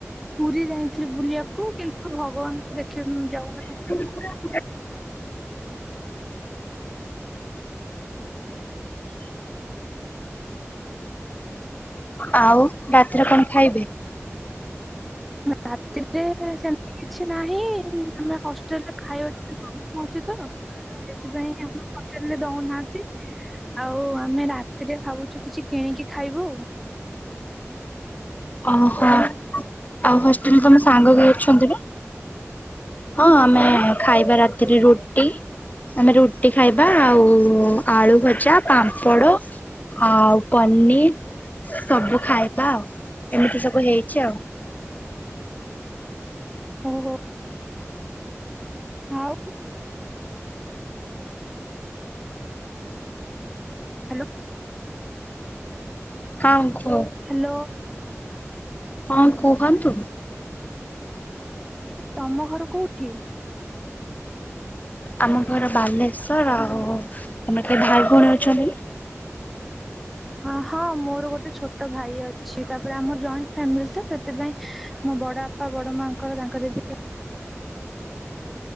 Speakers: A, in the centre; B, on the left.
A: ପୁରୀ ଯାଇଁଥିଲି ବୁଲିବାକୁ କିନ୍ତୁ କୁ ଭଗବାନଙ୍କୁ ଦେଖି ବ ଯାଉ
B: <inaudible> ଆଉ ରାତିରେ କଣ ଖାଇବେ।
A: ରାତିରେ ସେମତି କିଛି ନାହିଁ ଆମେ ହଷ୍ଟେଲରେ ଖାଇବା ଟିକେ ହଉଛି ତ ସେଥିପାଇଁ ଆମ ହୋଟେଲରେ ଦଉନାହାନ୍ତି। ଆଉ ଆମେ ରାତିରେ ଭାବୁଛୁ କିଛି କିଣିକି ଖାଇବୁ।
B: ଓ ହ। ଆଉ ହଷ୍ଟେଲରେ ତମ ସାଙ୍ଗ କେ ଅଛନ୍ତି ନା ହଁ
A: କଣ
B: ଆମେ
A: କହିଲ
B: ଖାଇବା ରାତିରେ ରୁଟି। ଆମେ ରୁଟି ଖାଇବା ଆଉ ଆଳୁ ଭଜା ପାମ୍ପଡ଼ ଆଉ ପନିର ସବୁ ଖାଇବା ଆଉ ଏମିତି ସବୁ ହେଇଛି ଆଉ।
A: ହଉ ହଉ ଆଉ। ହ୍ୟାଲୋ
B: କଁ କୁହ
A: ହ୍ୟାଲୋ
B: ହଁ କୁହନ୍ତୁ।
A: ତମ ଘର କୋଉଠି।
B: ଆମ ଘର ବାଲେଶ୍ଵର ଆଉ ତମର କେ ଭାଇ ଭଉଣୀ ଅଛନ୍ତି।
A: ହଁ ହଁ ମୋର ଗୋଟେ ଛୋଟ ଭାଇ ଅଛି ତାପରେ ଆମର ଜଏଣ୍ଟ ଫ୍ୟାମିଲି ତ ସେଥିପାଇଁ ମୋ ବଡ ବା ପା ବଡ଼ ମାଙ୍କର ତାଙ୍କର ବି